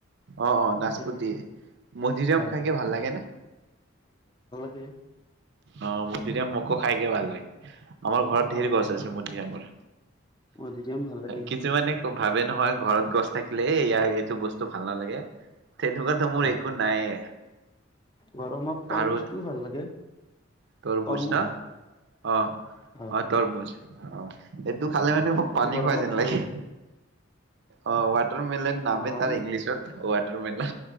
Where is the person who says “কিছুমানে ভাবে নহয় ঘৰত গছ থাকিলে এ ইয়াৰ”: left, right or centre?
Right